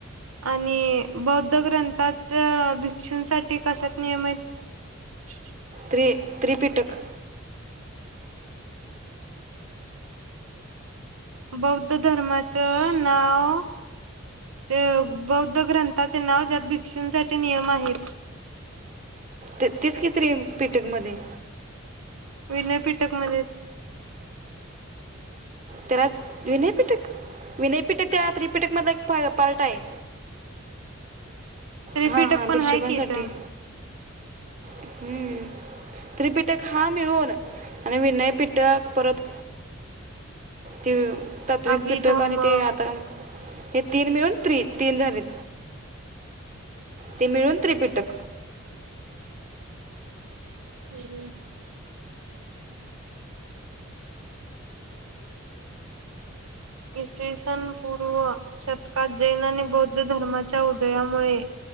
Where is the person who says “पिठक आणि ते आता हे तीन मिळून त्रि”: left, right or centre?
Right